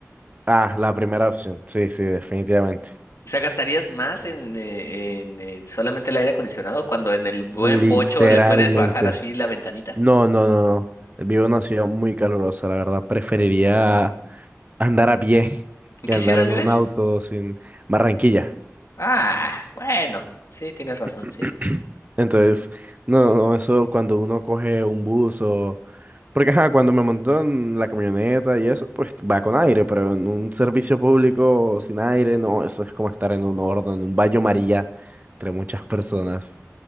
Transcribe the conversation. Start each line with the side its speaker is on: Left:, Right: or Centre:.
Right: Ah, la primera opción. Sí, sí, definitivamente.
Left: O sea, ¿gastarías más en, eh, en, eh, solamente el aire acondicionado cuando en el buen
Right: Literalmente.
Left: bocho le puedes bajar así la ventanita?
Right: No, no, no, no. Vivo en una ciudad muy calurosa, la verdad. Preferiría andar a pie
Left: ¿En
Right: que
Left: qué
Right: andar
Left: ciudad
Right: en
Left: vives?
Right: un auto sin Barranquilla.
Left: Ah, bueno, sí, tienes razón,
Right: <clears throat>
Left: sí.
Right: Entonces, no, no, eso cuando uno coge un bus o... Porque, ajá, cuando me montó en la camioneta y eso, pues va con aire, pero en un servicio público sin aire, no, eso es como estar en un horno, en un baño María, entre muchas personas.